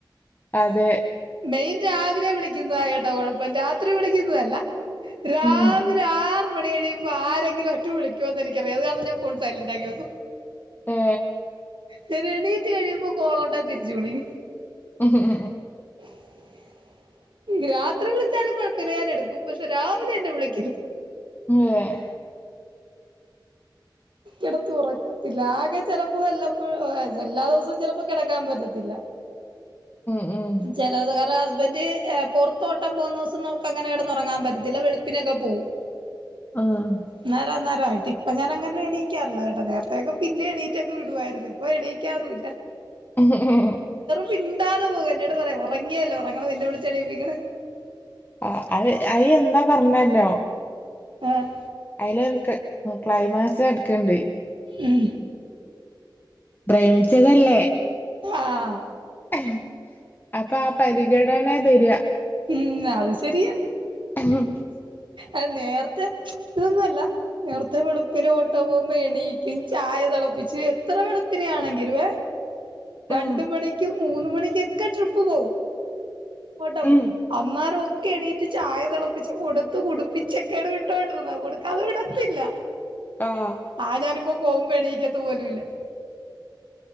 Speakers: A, on the left; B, on the right.
A: അതെ
B: മെയിൻ രാവിലെ വിളിക്കുന്നതാ കെട്ടോ കുഴപ്പം രാത്രി വിളിക്കുന്നതല്ല രാവിലെ
A: ഉം
B: ഒരു ആറ് മണി കഴുമ്പോ ആരെങ്കിലുംട്ട് വിളിക്കോന്ന് എനിക്കറിയ അത് കാരണം ഞാ ഫോൺ സൈലന്റ ആക്കി വെക്കും.
A: ഏ
B: ഞാൻ എണീറ്റ് കഴിയുമ്പോ കോളണ്ടാ തിരിച്ചു വിളിക്കും
A: ഉം ഉം ഉം ഉം
B: <inaudible> രാത്രി വിളിച്ചാലും കുഴപ്പില്ല്യാ എടുക്കും പക്ഷെ രാവിലെ എന്നെ വിളിക്കരുത്
A: ഏഹ്
B: കിടത്തി ഉറക്കത്തില്ല ആകെ ചെിലപ്പോ വല്ലപ്പോഴോ എല്ലാ ദിവസവും ചിലപ്പോ കിടക്കാൻ പറ്റത്തില്ല.
A: ഉം ഉം
B: ചില ദിവസം ഹസ്ബന്ഡ് പുറത്തോട്ടം പോകുന്ന ദിവസം നമുക്ക് അങ്ങനെ കിടന്നുറങ്ങാൻ പറ്റത്തില്ല വെളുപ്പിനൊക്കെ പോകും.
A: ആഹ്
B: ന്നാര അന്നേരമായിട്ട് ഇപ്പ ഞാന അങ്ങനെ എണീക്കാറില്ല കേട്ടോ നേരത്തേക്കെ പിന്നെ എണീറ്റൊക്കെ വിടുവമായിരുന്നു ഇപ്പോ എണീക്കാറില്ല.
A: ഉം ഹ് ഹ്
B: മിണ്ടാതെ പോക എന്നോട് പറയാം ഉറങ്ങിയല്ലോ ഉറങ്ങണം പിന്നെ വിളിച്ചാണീപ്പിക്ക് ണെ
A: ആ അ അയി എന്താ പറഞ്ഞരണോ
B: ആഹ്
A: അയിലൊരു ഒരു ക്ലൈമാക്സ് കിടക്കണ്ട്
B: ഉം
A: പ്രേമിച്ചതല്ലേ?
B: ആഹ്
A: ആഹ് അപ്പൊ ആ പരിഗണന തരിക
B: ഉം അത് ശെരിയ
A: <inaudible>
B: ആ നേരത്തെ ന്നല്ല നേരത്തെ വെളുപ്പിന് ഓട്ട പോകുമ്പോ എണീക്കും ചായ തിളപ്പിച്ച് എത്ര വെളുപ്പിനൊണെങ്കില് വെ രണ്ട്
A: ഉം
B: മണിക്കും മൂന്ന് മണിക്കൊക്കെ ട്രിപ്പ് പോകും ട്ടോ പ്
A: ഉം
B: അന്നേരം ഒക്കെ എണീറ്റ് ചായ തിളപ്പിച്ച് കൊടുത്ത് കുടിപ്പിച്ചൊക്കെടെ വിട്ടുകോണ്ടിരുന്നെ കൊടുക്കാതെ വിടത്തില്ല
A: ആഹ്
B: ആ ഞാനിപ്പോ പോക്മ്പോ എണീക്കത്ത് പോലും ഇല്ല.